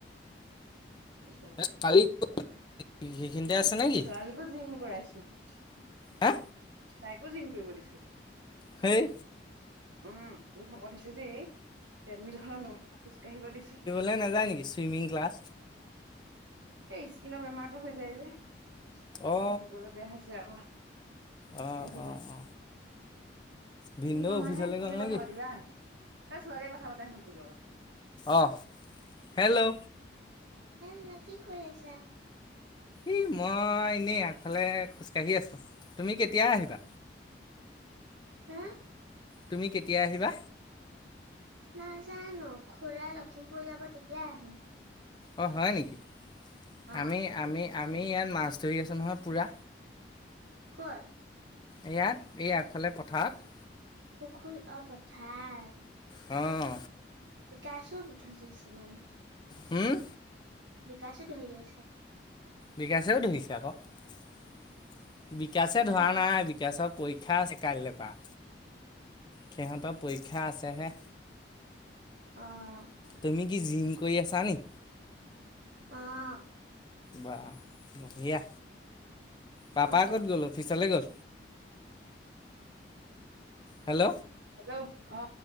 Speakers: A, on the right; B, on the left.
A: এজাক
B: তৰালি ক'ত সেইখিনিতে আছে নেকি?
A: ছোৱালীকো <unintelligible>
B: হা
A: তাইকো জিম কৰিব দিছোঁ।
B: সেই
A: উম, বহুত শকত হৈছে যে ই ট্ৰেডমিলখনত খোজকাঢ়িব দিছোঁ।
B: লে নাযায় নেকি ছুইমিং ক্লাছ?
A: এই স্কিনৰ বেমাৰটো হৈ যায় যে। সেইকৰণে
B: অ
A: দিবলে বেয়া হৈছে আক'
B: অ
A: সেইটোপা।
B: অ অ ভিনদেউ
A: কোন মামাহে
B: অফিচলৈ
A: তুমি
B: গ'ল
A: কথা
B: নেকি?
A: পাতিবা। এ ছোৱালীয়ে কথা পাতে হেনো তোৰ লগত।
B: অঁ, হেল্ল!
A: হেল্লো! কি কৰি আছা?
B: ই মই এনেই আগফালে খোজকাঢ়ি আছিলোঁ। তুমি কেতিয়া আহিবা?
A: হেঁ
B: তুমি কেতিয়া আহিবা?
A: নাজানোঁ। খুড়া লখিমপুৰ যাব তেতিয়া আহিম।
B: অঁ হয় নেকি?
A: অ
B: আমি-আমি -আমি ইয়াত মাছ ধৰি আছোঁ নহয় পুৰা।
A: ক'ত।
B: এয়াত এই আগফালে পথাৰত।
A: পুখুৰী- অঁ পথাৰ
B: অঁ
A: বিকাশো ধৰি আছে মানে?
B: হোঁম্?
A: বিকাশো ধৰি আছে?
B: বিকাশেও ধৰিছে আক'। বিকাশে ধৰা
A: অ
B: নাই বিকাশক পৰীক্ষা আছে কাইলে পৰা। সিহঁতত পৰীক্ষা আছেহে।
A: অঁ
B: তুমি কি জিম কৰি আছা নি?
A: অঁ।
B: বাঃ বঢ়িয়া। পাপা
A: অ ব
B: ক'ত গ'ল? অফিচলে গ'ল। হেল্ল!
A: হেল্ল! অঁ।